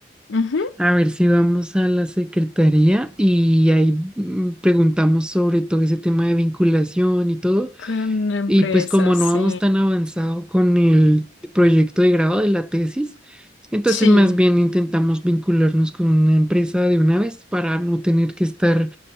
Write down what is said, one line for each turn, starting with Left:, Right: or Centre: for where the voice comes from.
Left: ujú.
Centre: a ver si vamos a la secretaría y ahí mm, preguntamos sobre todo ese tema de vinculación y todo.
Left: Con una empresa,
Centre: Y pues como no
Left: sí.
Centre: vamos tan avanzado con el proyecto de grado de la tesis, entonces
Left: Sí,
Centre: más bien intentamos vincularnos con una empresa de una vez para no tener que estar